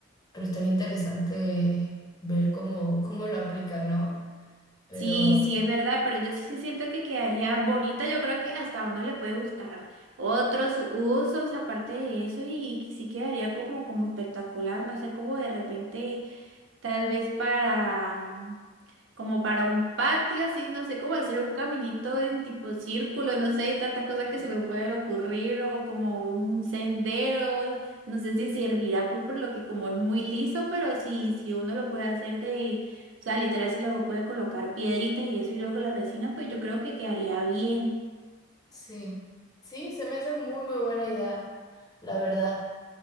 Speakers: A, on the left; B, on the right.
A: pero es tan interesante ver cómo, cómo lo aplica, ¿no? Pero
B: Sí, sí es verdad, pero yo sí, sí siento que quedaría bonita. Yo creo que hasta uno le puede buscar otros usos aparte de eso y, sí quedaría como, como espectacular. No sé, como de repente Tal vez para, mm, como para un patio, así, no sé, cómo hacer un caminito en tipo círculo, no sé, tanta cosa
A: <laughs>
B: que se me puede ocurrir, o como un sendero, no sé si servirá, pues, por lo que como es muy liso, pero si, si uno lo puede hacer de, o sea, literal, si luego puede colocar piedritas y eso y luego la resina, pues yo creo que quedaría bien.
A: sí, sí, se me hace muy, muy buena idea, la verdad.